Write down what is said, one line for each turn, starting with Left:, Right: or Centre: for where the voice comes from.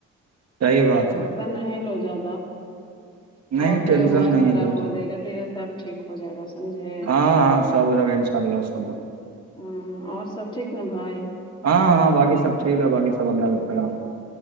Right: صحیح بات
Left: ٹینشن
Right: ہے <unintelligible>
Left: لو جا ہ
Right: نہیں
Left: پیو
Right: ٹینشن
Left: مست
Right: نہیں ہے
Left: رہو
Right: کچھ
Left: دھیرے دھیرے سب ٹھیک ہو <unintelligible> ہو جائے گا سمجھے <unintelligible>
Right: ہاں ہاں سب جگہ ان شاء اللہ سب
Left: ہوں اور سب ٹھیک ن بھائی
Right: ہاں ہاں باقی سب ٹھیک ہے باقی سب اللہام